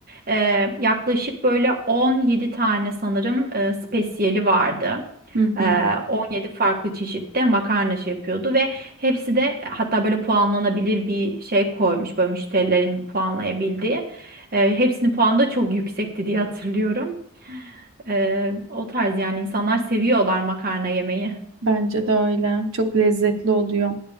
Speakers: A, on the right (about 40°); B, on the right (about 65°).
A: Ee, yaklaşık böyle 17 tane sanırım e, spesiyeli vardı.
B: Hı hı,
A: Ee, 17 farklı çeşitte makarna şey yapıyordu ve Hepsi de e, hatta böyle puanlanabilir bir şey koymuş böyle müşterilerin puanlayabildiği. Ee, hepsinin puanı da çok yüksekti diye hatırlıyorum. Ee, o tarz yani insanlar seviyorlar makarna yemeyi.
B: bence de öyle. Çok lezzetli oluyor.